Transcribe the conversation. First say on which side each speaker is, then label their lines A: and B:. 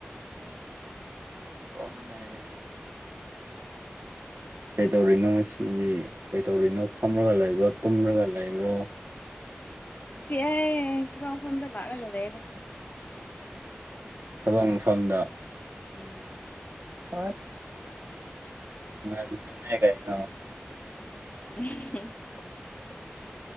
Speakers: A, on the right (about 70°); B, on the left (about 45°).
A: ꯍ ꯀꯩꯗꯧꯔꯤꯅꯣ ꯉꯁꯤꯗꯤ ꯀꯩꯗꯧꯔꯤꯅꯣ ꯐꯝꯔꯒ ꯂꯩꯕ꯭ꯔꯣ ꯇꯨꯝꯔꯒ ꯂꯩꯕ꯭ꯔꯣ
B: ꯁꯤꯥꯏ ꯀꯃ ꯐꯣꯟꯗ ꯂꯥꯛꯂ ꯂꯔꯦꯗꯦ
A: ꯊꯕꯛ ꯃꯐꯝꯗ
B: ꯎꯝ
A: ꯑ ꯅꯅꯦ ꯀꯩꯅꯣ
B: <inaudible>